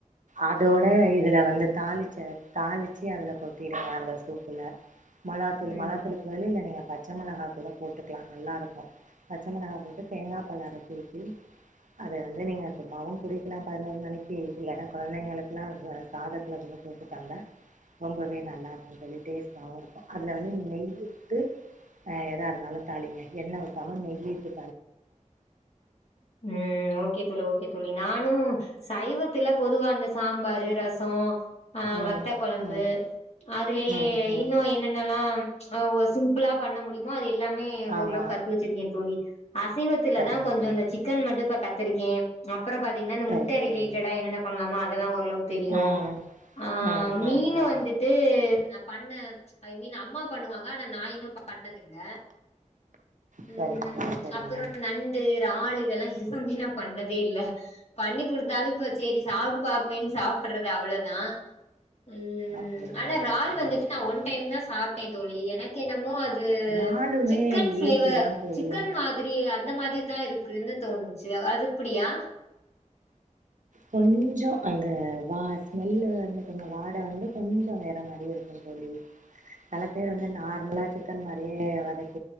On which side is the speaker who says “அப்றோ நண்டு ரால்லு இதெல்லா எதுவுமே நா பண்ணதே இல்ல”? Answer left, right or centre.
Left